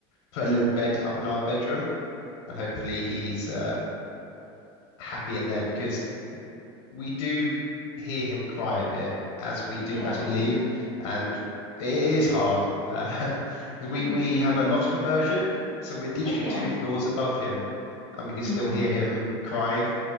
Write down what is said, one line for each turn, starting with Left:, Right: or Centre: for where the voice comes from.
Left: put a little bed up in our bedroom, and hopefully he's uh, happy in there because we do hear him cry a bit as we
Right: yeah.
Left: do as we leave, and it is hard. Uh, <laughs>
Right: <laughs>
Left: 'cause we we have a loft conversion, so we're literally
Right: Oh, yeah.
Left: two floors above him, and we can
Right: Mm.
Left: still hear him crying.